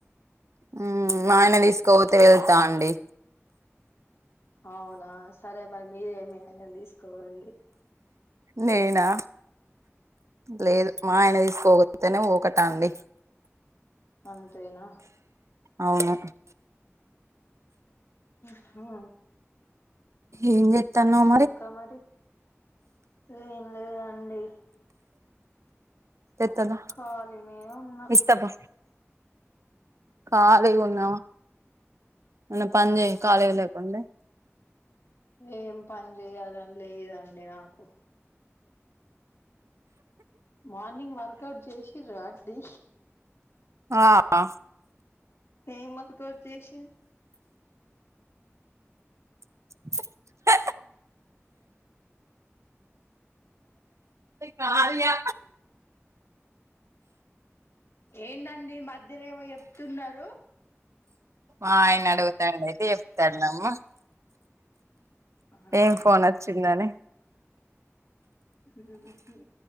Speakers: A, on the right; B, on the left.
A: మ్మ్ మా ఆయన తీసుకోపోతే వెళ్తా అండి
B: అవునా సరే మరి మీరే మీ ఆయనని తీసుకోవండి
A: నేయినా లేదు మా ఆయన తీసుకోక అంతనే ఊకటా అండి
B: అంతేనా
A: అవును
B: హా
A: ఏం చేత్తన్నావ్
B: ఇంకా మరి ఏం లేదండి
A: తెత్తద
B: ఖాళీనే ఉన్నా
A: ఇస్తస్తాబ ఖాళీగా ఉన్న మన్న పని చే కాలేగా లేకుండా
B: ఏం పని చేయాలని లేదండి నాకు మార్నింగ్ వర్కౌట్ జేసి రా అండి
A: ఆ
B: ఏం వర్కౌట్ చేసిర్రు
A: <inaudible> కాల్యా
B: ఏందండి మధ్యలో ఏమో జెప్తున్నరు
A: ఆ ఆయన అడుగుతాండు అయితే చెప్తునమ్మ
B: ఆహా
A: ఏం ఫోన్ వచ్చిందని
B: ఉమ్ హు